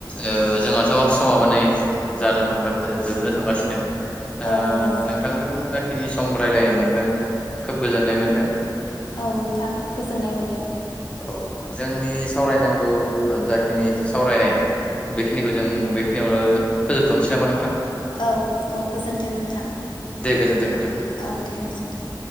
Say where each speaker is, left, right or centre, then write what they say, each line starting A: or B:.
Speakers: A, on the left (about 15°); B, on the left (about 80°).
A: ओ जोंहाथ' समाबानै जानो थानो जोबनो थांगासिनो ओ
B: औ नंगौ
A: नोंथांजों जा खिनि सम रायजलायनो मोनदों खोब गोजोननाय मोनदों
B: औ नोंथां गोजोननाय मोनदों
A: औ जोंनि सावरायनांगौ ओ जाखिनि सावरायनाय बेखिनिखौ जों बेखिनियावनो फोजोबथ'नोसै नामा नोंथां
B: औ औ गोजोनथों नोंथां
A: दे गोजोन्थों नोंथां।
B: औ दे गोजोनथों